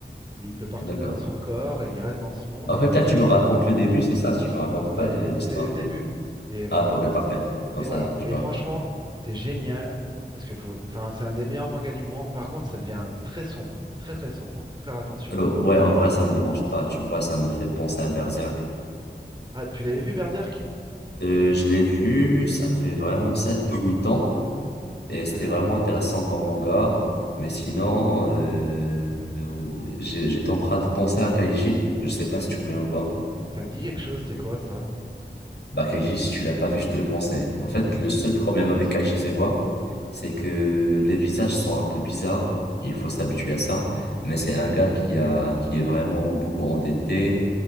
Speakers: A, on the right (about 25°); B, on the left (about 65°).
A: Il peut pas retourner
B: D'accord.
A: dans son corps, il reste dans ce monde.
B: En fait, là, tu me racontes le début, c'est ça, tu me racontes
A: Ouais,
B: pas le-
A: euh,
B: l'histoire.
A: c'est le début. Et voilà.
B: Ah, ok, parfait. Comme
A: Et
B: ça,
A: voilà.
B: tu
A: Et
B: vas.
A: franchement, c'est génial. Parce que faut... enfin, c'est un des meilleurs mangas du moment. Par contre, ça devient très sombre. Très très sombre. Faut faire attention.
B: Euh,
A: hein.
B: ouais, en vrai, ça me dérange pas, tu vois, ça me fait penser à Berserk.
A: Ah, tu l'avais vu, Berserk?
B: Euh, je l'ai vu, ça fait vraiment 7 ou 8 ans, et c'était
A: D'accord.
B: vraiment intéressant comme manga. Mais sinon, euh, euh, j'ai- j'étais en train de penser à Kaiji, je sais pas si tu connais ou pas.
A: Ça me dit quelque chose, c'est quoi ça?
B: Bah, Kaiji, si tu l'as pas vu, je te le conseille. En fait,
A: Attends,
B: le seul problème
A: raconte.
B: avec Kaiji, c'est quoi? C'est que les visages sont un peu bizarres, il faut s'habituer à ça. Mais c'est un gars qui a, qui est vraiment beaucoup endetté.